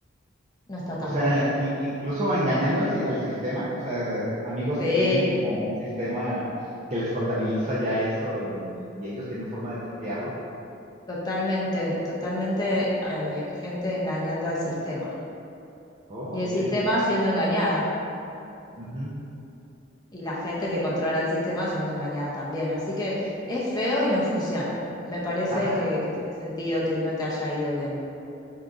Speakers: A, on the left (about 20°); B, on the right (about 35°).
A: no está tan
B: O sea,
A: bueno.
B: i- incluso engañando al, si- al sistema, o sea, amigos
A: Sí,
B: que tienen como un sistema que les contabiliza ya eso y, y ellos tienen forma de truquearlo.
A: totalmente, totalmente eh, gente engañando al sistema.
B: Oh,
A: Y
B: ok.
A: el sistema siendo engañado.
B: ujú.
A: Y la gente que controla el sistema siendo engañada también. Así que es feo y no funciona. Me parece
B: Ajá,
A: que, que tiene sentido que no te haya ido bien.